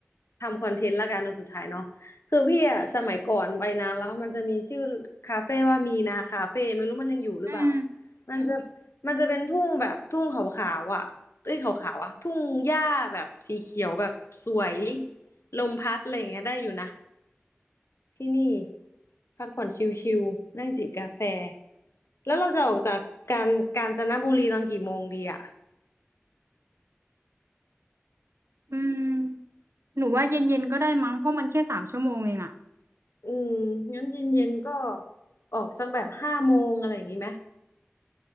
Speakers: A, on the left (about 80°); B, on the right (about 80°).
A: ทำคอนเทนต์ละกันตอนสุดท้ายเนาะคือพี่อะสมัยก่อนไปนานแล้วมันจะมีชื่อคาเฟ่ว่ามีนาคาเฟ่ไม่รู้มันยังอยู่หรือเปล่า
B: อืม
A: มันจะมันจะเป็นทุ่งแบบทุ่งขาวๆอ่ะเอ้ยขาวๆอ่ะทุ่งหญ้าแบบสีเขียวแบบสวยลมพัดอะไรอย่างเงี้ยได้อยู่นะที่นี่พักผ่อนชิลๆนั่งจิบกาแฟแล้วเราจะออกจากกาญกาญจนบุรีตอนกี่โมงดีอะ
B: อืมหนูว่าเย็นๆก็ได้มั้งเพราะมันแค่สามชั่วโมงเองอะ
A: อืมงั้นเย็นๆก็ออกสักแบบห้าโมงอะไรอย่างนี้ไหม